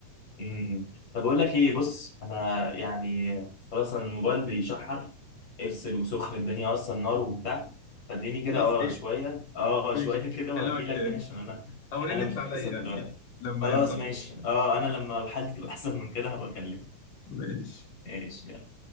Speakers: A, on the left (about 35°); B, on the left (about 85°).
A: امم طب بقول لك ايه بص انا يعني خلاص أنا الموبايل بيشحر افصل وسخن الدنيا اصلا نار وبتاع فاديني كده
B: خلاص
A: اه
B: ايه
A: شوية اه
B: ماشي
A: شوية كده
B: هكلمك
A: وهجيلك
B: تاني
A: تاني عشان انا في
B: او
A: حالة
B: رن انت
A: مش
B: عليا
A: كويسة دلوقتي
B: يعني ايه لما
A: خلاص
B: يتخلص
A: ماشي اه انا لما حالتي تبقى احسن من كده هبقى اكلمك
B: ماشي
A: ماشي يلا.